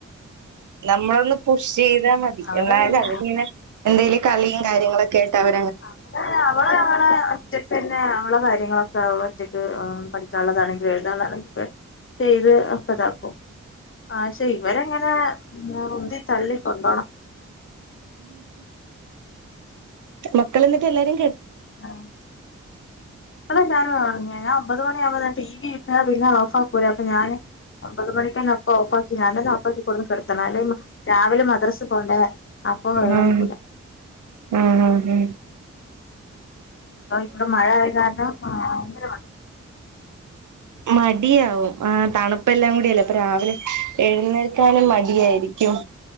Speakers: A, on the right; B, on the left.
A: നമ്മളൊന്ന് പുഷ് ചെയ്താൽ മതി
B: അവള്
A: എന്നാലും
B: പിന്നെ
A: അവരിങ്ങനെ എന്തേലും കളിയും കാര്യങ്ങളൊക്കെയായിട്ട് അവ
B: അവള് അവള അവളെ ഒറ്റക്കന്നെ അവള കാര്യം <unintelligible> ഒറ്റക്ക് പഠിക്കാനുള്ള താണങ്കിലും എഴുതാനുള്ളതാണങ്കിലും ഒക്കെ ചെയ്ത് ഒക്കെ താ ക്കും ആ ക്ഷേ ഇവരങ്ങനെ ഉന്തി തള്ളി ക്കൊണ്ടോണം.
A: മക്കളന്നിട്ട് എല്ലാരെ
B: ആ <unintelligible> ഒമ്പതു മ <unintelligible> ടി വി ഇട്ട പിന്നെ ഓഫ് ആക്കൂല. അപ്പൊ ഞാന് ഒമ്പത് മണിക്കായി നോക്ക ഓഫാക്കി ഞാൻ തന്നെ ഓഫാക്കികൊടുന്ന് കിടുത്തണം അല്ല രാവിലെ മദ്രസ് പോണ്ടേ? അപ്പൊ എണീക്കൂല
A: ഉം ഉം ഉം ഹു
B: ആ ഇവിടെ മഴ ആയ കാരണം ഭയങ്കര
A: മടിയാ വും ആ തണുപ്പ എല്ലാം കൂ ല്ല രാവിലെ എഴുന്നേൽ ക്കാനും മ ഫ്രീ യാ യിരിക്കും